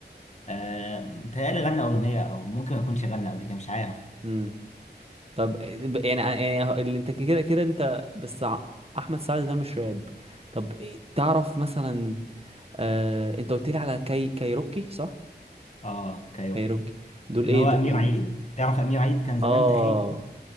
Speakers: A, on the left (about 40°); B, on the right (about 35°).
A: آه، متهيألي غنى أغنية أو ممكن ما يكونش غنى قبل كده مش عارف
B: امم طب ب- يعني يعني اللي انت كده كده انت بس ع- احمد سعد ده مش راب طب إيه- تعرف مثلا آه انت قلت لي على كاي كايروكي صح
A: اه كايوكي
B: كايروكي دول
A: اللي
B: ايه
A: هو
B: دول
A: أمير عيد تعرف أمير عيد كان زمان
B: اه
A: تخين